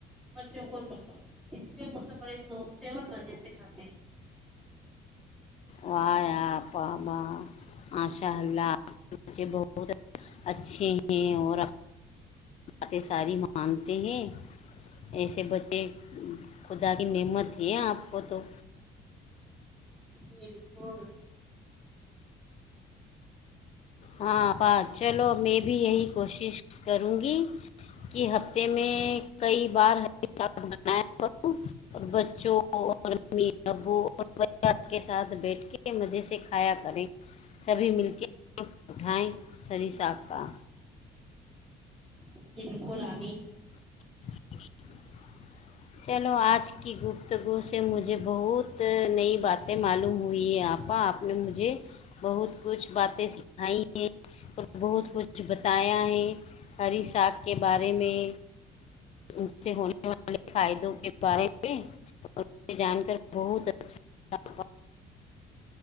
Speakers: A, in the centre; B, on the left.
A: بچوں کو دی ہے اس لیے وہ تو بڑے سوف سے اور مزے سے کھا
B: وائے آپ با آشا اللہپ بچے بہت اچھے ہیں اور باتیں ساری مانتے ہیں ایسے بچے خدا کی نعمت ہیں آپ کو تو
A: جی بالکل
B: ہاں چلو میں بھی یہی کوشش کروں گی کہ ہفتے میں کئی بار بنایا کروں اور بچوں اور امی ابو اور پوار کے ساتھ بیٹھ کے مزے سے کھایا کریں سبھی مل کے ف اٹھائیں سری ساخ کا
A: جی بالکل آ
B: <unintelligible> چلو آج کی گفتگو سے مجھے بہت نئی باتیں معلوم ہوئی ہیں آپا آپ نے مجھے بہت کچھ باتیں سکھائی ہیں اور بہت کچھ بتایا ہے ہری ساگ کے بارے میں ان سے ہونے والے فائدوں کے بارے میں جان کر بہت اچھا